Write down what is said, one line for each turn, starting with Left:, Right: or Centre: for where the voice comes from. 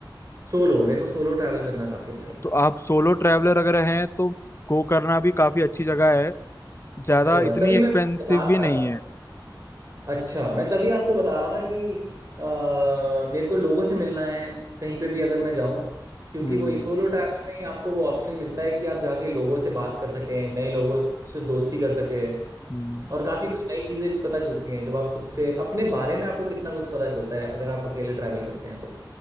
Right: सोलो मेरे को सोलो ट्रैवल करना काफी अच्छा लगता
Left: तो आप सोलो ट्रैवलर अगर हैं तो गोकर्णा भी काफी अच्छी जगह है ज्यादा
Right: है अरे वाह
Left: इतनी
Right: तभी
Left: एक्सपेंसिव
Right: मैं बता रहा
Left: भी नहीं
Right: था
Left: है
Right: अच्छा मैं तभी आपको बता रहा था कि अ, मेरे को लोगों से मिलना है कहीं पे भी अगर मैं जाऊं क्योंकि
Left: हम्म
Right: वही सोलो ट्रैवल में ही आपको वो ऑप्शन मिलता है कि आप जाके लोगों से बात कर सकें नए लोगों से दोस्ती कर सकें
Left: हम्म।
Right: और काफ़ी कुछ नई चीज़ें भी पता चलती हैं जब आप खुद से अपने बारे में आपको कितना कुछ पता चलता है अगर आप अकेले ट्रैवल करते हैं तो